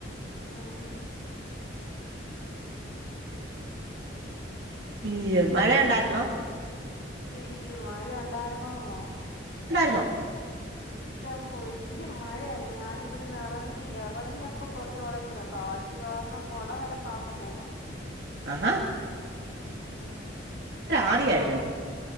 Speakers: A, on the left (about 70°); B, on the right (about 60°).
A: ആഹ്
B: <unintelligible> മഴ ഉണ്ടായിരുന്നോ
A: ഹൊയ് ഇയ്യ് മഴ ഉണ്ടായിരുന്നോന്നോ
B: ന്നോ
A: ഇഷ്ടമ്പൊല്ല് മഴയര് ന്ന് വാന് ഇവിട് ന്നിറങ്ങി ഇറങ്ങിയപ്പം തൊട്ട് തൊടങ്ങിത കാറ്റ് കാരണം കൊടവരെ പറന്നു പോവാ
B: ആഹ്ഹാ ആവിയായിരുന്നു
A: ഭയി
B: ഇന്ന്